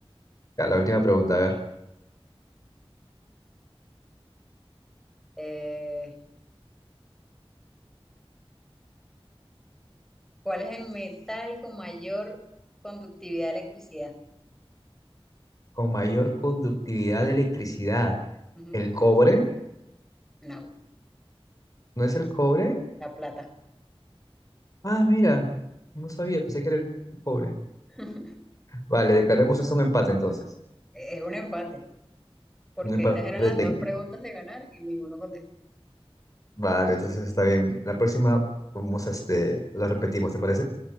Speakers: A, on the left; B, in the centre.
A: ya, la última pregunta, a ver.
B: Eh, ¿cuál es el metal con mayor conductividad de electricidad?
A: Con mayor conductividad de electricidad,
B: Ujú.
A: ¿el cobre?
B: No,
A: ¿No es el cobre?
B: la plata.
A: Ah, mira, no sabía, pensé que era el cobre.
B: <laughs>
A: Vale, declaremos eso un empate entonces.
B: Es un empate, porque
A: Un empate
B: estas eran las
A: técnico.
B: dos preguntas de ganar y ninguno contestó.
A: Vale, entonces está bien. La próxima vamos a este, la repetimos, ¿te parece?